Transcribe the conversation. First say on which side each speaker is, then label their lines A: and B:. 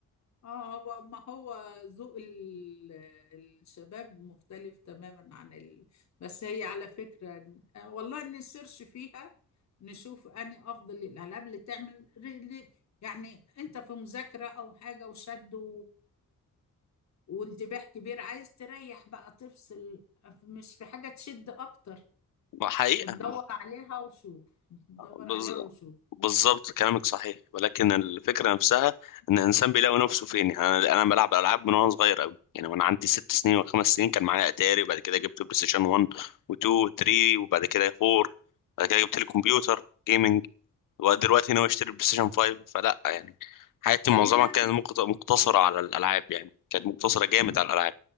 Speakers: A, on the left; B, on the left.
A: اه هو ما هو ذوق ال- الشباب مختلف تماما عن ال... بس هي على فكرة آه، والله نسيرش فيها نشوف اني افضل الالعاب اللي تعمل ر- ل- يعني انت في مذاكرة او حاجة وشد و... وانتباه كبير عايز تريح بقى تفصل مش في حاجة تشد اكتر صح
B: حقيقة
A: ندور عليها وشوف ندور
B: بز...
A: عليها وشوف
B: بالظبط كلامك صحيح ولكن الفكره نفسها ان الانسان بيلاقي نفسه فين يعني انا انا بلعب العاب من وانا صغير قوي يعني وانا عندي ست سنين وخمس سنين كان معايا اتاري وبعد كده جبت بلاي ستيشن 1 و2 و3 وبعد كده 4 بعد كده جبت لي كمبيوتر جيمنج ودلوقتي ناوي اشتري بلاي ستيشن 5 فلا يعني حياتي معظمها
A: هي
B: كانت مقت- مقتصره على الالعاب يعني كانت مقتصره جامد
A: مم.
B: على الالعاب